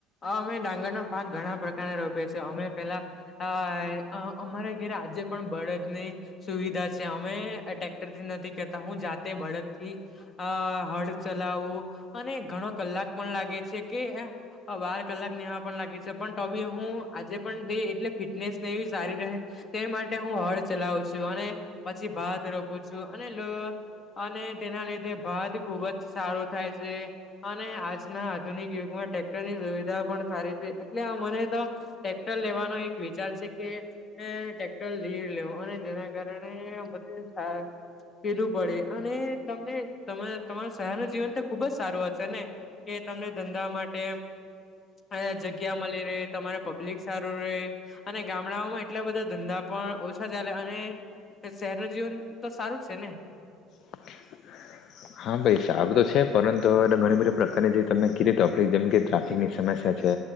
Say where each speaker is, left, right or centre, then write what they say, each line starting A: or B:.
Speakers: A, on the left; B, on the left.
A: અહ અમે ડાંગર ના પાક ઘણા પ્રકારના રોપે છીએ. અમે પેલા અહ અમારે ઘરે આજે પણ બળદ ની સુવિધા છે અમે ટ્રેક્ટરથી નથી કેતા હું જાતે બળદ થી અ હડ ચલાવવું અને ઘણો કલાક પણ લાગે છે. કે બાર કલાક નેવા પણ લાગે છે પણ તો બી હું આજે પણે એટલે ફિટનેસને ઈ સારી રહે તે માટે હું હળ ચલાવું છું અને પછી ભાત રોપું છું અને અને તેના લીધે ભાત ખુબ જ સારું થાય છે અને આજના આધુનિક યુગમાં ટ્રેક્ટર ની સુવિધા પણ સારી છે. એટલે મને તો ટ્રેક્ટર લેવાનો એક વિચાર છે. કે એ ટેક્ટર લેઇ લેવ અને જેના કારણે મને કીધું પડે અને તમને તમા તમાર સહર નું જીવન તો ખુબ જ સારું હશે ને કે તમને ધંધા માટે અ જગ્યા મલી રે તમારે પબ્લિક સારું રે અને ગામડાઓમાં એટલા બધા ધંધા પણ પણ ઓછા ચાલે અને શહેર નુ જીવન તો સારું છે ને?
B: <inaudible> હા ભાઈ સારુ તો છે પરંતુ હવે ઘણી બધી પ્રકારની જે તમે કીધી તફલીક જેમ કે ટ્રાફિકની સમસ્યા છ